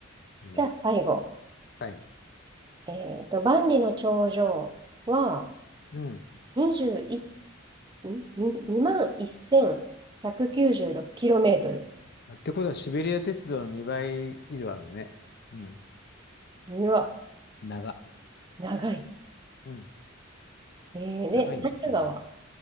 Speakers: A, on the left; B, on the right.
A: ね。
B: じゃあ最後。
A: 最後。
B: えっと、万里の長城は
A: うん。
B: 21、んに2万1ロ9 6 k m
A: あってことはシベリア鉄道の2倍以上あるのね。うん。
B: うわ、
A: 長。
B: 長い。
A: うん。
B: えー、で、
A: 長いね。
B: ナイル川
A: うん